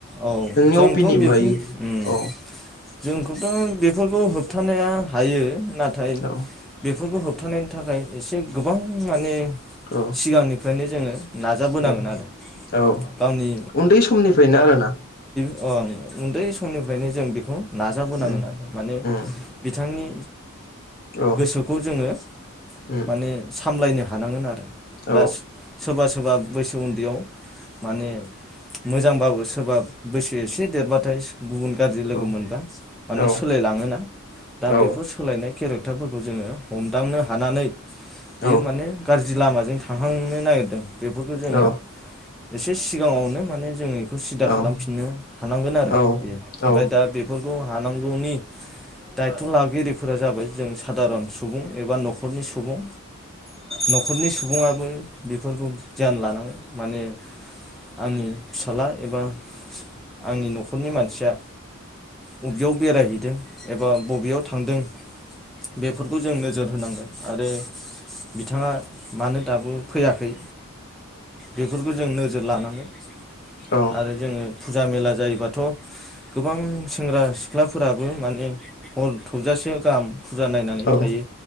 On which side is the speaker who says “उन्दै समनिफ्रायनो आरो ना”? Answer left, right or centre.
Left